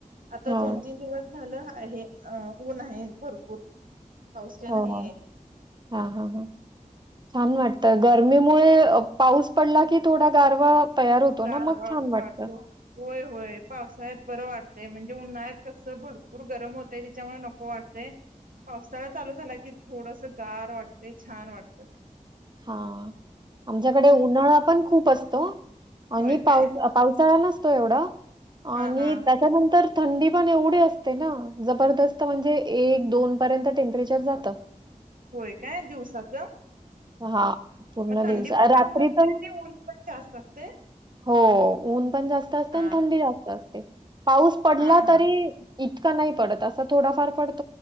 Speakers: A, on the right; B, on the right.
A: आता
B: हो
A: दोन तीन दिवस झालं आहे. ऊन आहे भरपूर पाऊस काय
B: हो
A: नाहीये
B: हो हा हा छान वाटतंय. गरमीमुळे पाऊस पडला की थोडा गारवा तयार होतो
A: गारवा
B: ना मग छान वाटत.
A: वाढतो होय होय पावसाळ्यात बरं वाटतय. म्हणजे उन्हाळ्यात कसं भरपूर गरम होतय. त्याच्यामुळे नको वाटतंय. पावसाळा चालू झाला. की थोडस गार वाटत छान वाढत.
B: हा आमच्याकडे उन्हाळा पण खूप असतो. आणि
A: होय
B: पाव
A: काय
B: पावसाळा नसतो एवढा
A: हा
B: आणि
A: हा
B: त्याच्यानंतर थंडी पण एवढी असते. ना जबरदस्त म्हणजे एक दोन पर्यंत टेम्परेचर जात.
A: होय काय दिवसाच
B: हां. पूर्ण
A: मग थंडी
B: दिवस अ,
A: पण
B: रात्री
A: जास्त असते.
B: तर
A: आणि ऊन पण जास्त असते.?
B: हो ऊन पण जास्त असते,
A: हा
B: आणि थंडी जास्त असते, पाऊस पडला
A: हा
B: तरी
A: हा
B: इतका नाही पडत असा थोडाफार पडत